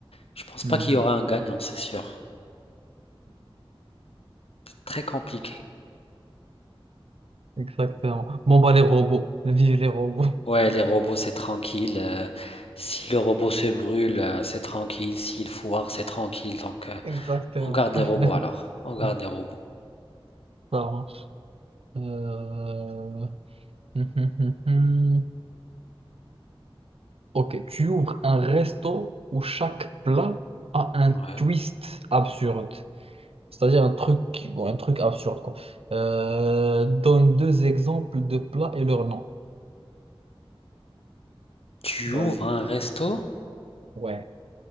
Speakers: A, on the left; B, on the right.
A: je pense
B: mhm,
A: pas qu'il y aura un gagnant, c'est sûr. C'est très compliqué.
B: exactement. Bon, bah, les robots. Vive les robots. <laughs>
A: Ouais, les robots, c'est tranquille. euh, si le robot se brûle, euh, c'est tranquille. S'il foire, c'est tranquille. Donc, euh,
B: Exactement.
A: on garde les robots alors. On garde
B: <laughs>
A: les robots.
B: Ça marche. Euh, <laughs> Ok, tu ouvres un resto où chaque plat a un
A: Ouais.
B: twist absurde. C'est-à-dire un truc, qui- bon, un truc absurde, quoi. Euh, Donne deux exemples de plats et leur nom.
A: Tu
B: Vas-y.
A: ouvres un resto
B: Ouais.